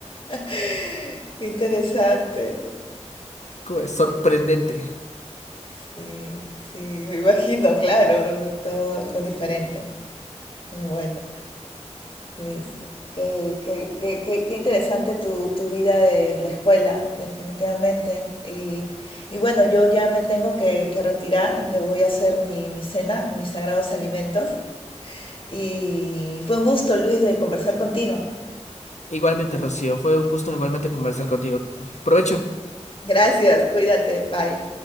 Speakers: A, on the left (about 45°); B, on the left (about 75°).
A: <laughs> qué interesante.
B: como de sorprendente.
A: Sí, sí, me imagino, claro, todo algo diferente. Pero bueno, listo. Qué, qué- qué- qué- qué interesante tu, tu vida de la escuela, definitivamente. Y, y bueno, yo ya me tengo que, que retirar, de- voy a hacer mi, mi cena, mis sagrados alimentos. Y fue un gusto, Luis, de conversar contigo.
B: Igualmente, Rocío, fue un gusto igualmente conversar contigo. Provecho.
A: Gracias, cuídate, bye.